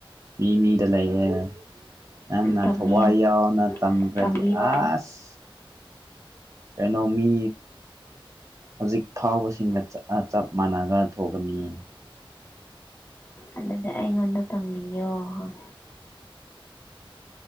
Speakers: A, on the right; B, on the left.
A: ꯃꯤ ꯃꯤꯗ ꯂꯩꯌꯦꯦ ꯅꯪꯅ
B: ꯇꯝꯕꯤꯌꯣ
A: ꯊꯋꯥꯏ ꯌꯥꯎꯅ ꯇꯝꯈ꯭ꯔꯗꯤ
B: ꯇꯝꯕꯤꯌꯣ
A: ꯑꯁ ꯀꯩꯅꯣꯃꯤ ꯍꯧꯖꯤꯛ ꯐꯥꯎꯕꯁꯤꯡꯒ ꯆꯞ ꯃꯥꯟꯅꯒ ꯊꯣꯛꯒꯅꯤ
B: ꯑꯗꯨꯗꯤ ꯑꯩꯉꯣꯟꯗ ꯇꯝꯕꯤꯌꯣ ꯍꯣꯏ